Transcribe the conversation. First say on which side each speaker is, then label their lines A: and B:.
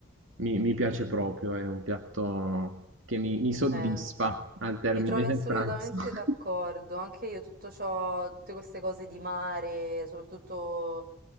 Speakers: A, on the right (about 75°); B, on the right (about 45°).
A: mi, mi piace proprio, è un piatto che mi, mi soddisfa
B: Eh,
A: al termine
B: mi trovi assolutamente
A: del pranzo. <laughs>
B: d'accordo, anche io tutto ciò, tutte queste cose di mare, soprattutto